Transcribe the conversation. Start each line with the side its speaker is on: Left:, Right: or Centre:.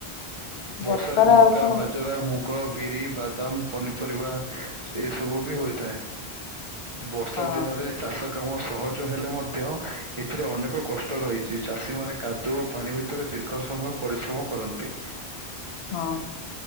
Left: ବର୍ଷାର
Right: ବର୍ଷାରେ ମକା
Left: ଆଉ କଣ
Right: ବା ଜରା, ମୁଗ, ବିରି, ବାଦାମ, ପନିପରିବା ଏସବୁ ବି ହୋଇଥାଏ। ବର୍ଷା
Left: ହଁ
Right: ଦିନରେ ଚାଷ କାମ ସହଜ ହେଲେ ମଧ୍ୟ ଏଥିରେ ଅନେକ କଷ୍ଟ ରହିଚି, ଚାଷୀ ମାନେ କାଦୁଅ ପାଣି ଭି ତରେ ଦୀର୍ଘ ସମୟ ପରିଶ୍ରମ କରନ୍ତି।
Left: ହଁ।